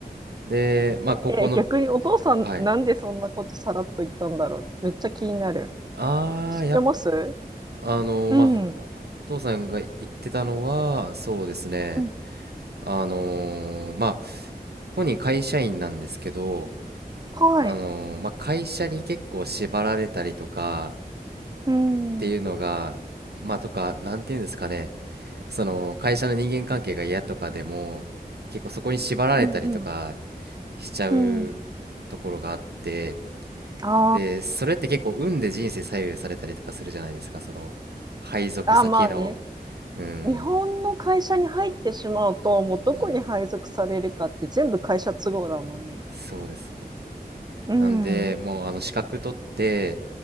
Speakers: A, on the right (about 80°); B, on the right (about 25°).
A: で、まあ、高校の、
B: え、逆にお父さんなんでそんなことさらっと言ったんだろうめっちゃ気になる。
A: はい。ああ、
B: 知ってます
A: やっあのまあほ父さんが言ってたのはそうですね
B: うん。うん
A: あのまあ本人会社員なんですけど
B: はい。
A: あのまあ会社に結構縛られたりとか
B: うんうん
A: っていうのがまあとかなんていうんですかねその会社の人間関係が嫌とかでも結構そこに縛られたりとか
B: うん
A: しちゃうところがあって
B: うんあ
A: でそれって結構運で人生左右されたりとかするじゃないですかその配属先の
B: あ。あ、まあね。
A: うん
B: 日本の会社に入ってしまうと、もうどこに配属されるかって全部会社都合だもんね。
A: うんそうですね。
B: うん、
A: なんで、もうあの資格取って、